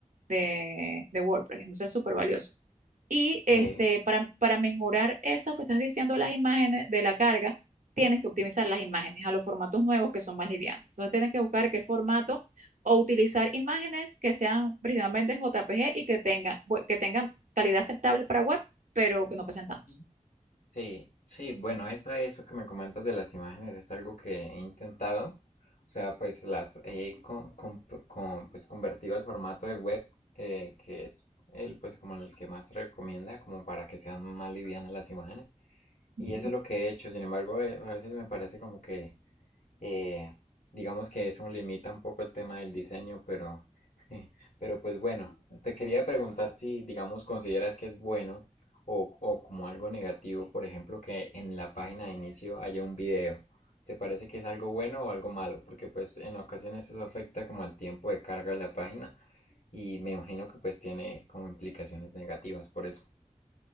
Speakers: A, on the right; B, on the left.
A: de, de WordPress. Entonces es súper valioso. Y
B: Ok.
A: este, para, para mejorar eso que estás diciendo de las imágenes, de la carga, tienes que optimizar las imágenes a los formatos nuevos que son más livianos. Entonces tienes que buscar qué formato o utilizar imágenes que sean principalmente JPG y que tengan, bu- que tengan calidad aceptable para web, pero que no pesen tanto.
B: Ujú. Sí, sí, bueno, eso, eso que me comentas de las imágenes es algo que he intentado. O sea, pues las he con, con- con- pues, convertido al formato de web, eh, que es el, pues, como el que más se recomienda, como para que sean más livianas las imágenes. Y
A: Ujú.
B: eso es lo que he hecho. Sin embargo, eh, a veces me parece como que eh, digamos que eso limita un poco el tema del diseño, pero, <laughs> pero pues bueno, te quería preguntar si, digamos, consideras que es bueno o, o como algo negativo, por ejemplo, que en la página de inicio haya un video. ¿Te parece que es algo bueno o algo malo? Porque pues en ocasiones eso afecta como al tiempo de carga de la página y me imagino que pues tiene como implicaciones negativas por eso.